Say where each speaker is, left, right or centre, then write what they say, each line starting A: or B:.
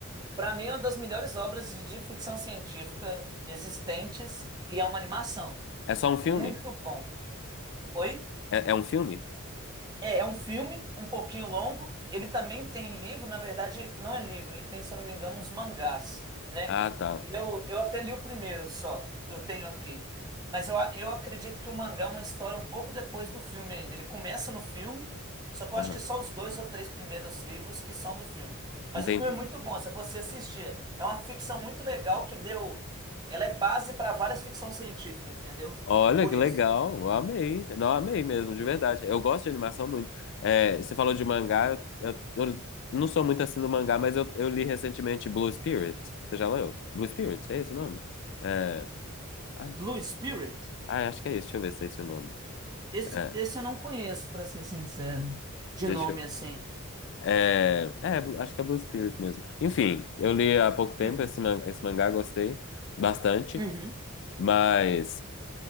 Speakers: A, on the right; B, on the left.
A: Para mim, é uma das melhores obras de ficção científica existentes e é uma animação.
B: É só um
A: Muito
B: filme?
A: bom. Oi?
B: É, é um filme?
A: É, é um filme um pouquinho longo. Ele também tem livro, na verdade, não é livro, ele tem, se eu não me engano, uns mangás, né?
B: Ah, tá.
A: E Eu, eu até li o primeiro só, eu tenho aqui. Mas eu, a- eu acredito que o mangá é uma história um pouco depois do filme ainda. Ele começa no filme, só que
B: Aham.
A: eu acho que só os dois ou três primeiros livros que são do filme. Mas
B: Entendi.
A: o filme é muito bom, se você assistir. É uma ficção muito legal que deu. Ela é base para várias ficção científica, entendeu?
B: Olha
A: Por
B: que
A: isso.
B: legal, eu amei. Não, amei mesmo, de verdade. Eu gosto de animação muito. É, você falou de mangá, eu, eu- eu não sou muito assim do mangá, mas eu, eu li recentemente Blue Spirit. Você já leu? Blue Spirit, é esse o nome? É, ai,
A: Blue Spirit?
B: ai, acho que é esse, deixa eu ver se é esse o nome.
A: Esse,
B: É,
A: esse eu não conheço, para ser sincero. De
B: deixa
A: nome
B: eu.
A: assim.
B: É, é, acho que é Blue Spirit mesmo. Enfim, eu li há pouco tempo
A: Hum,
B: esse, man- esse mangá, gostei bastante,
A: Uhum.
B: mas.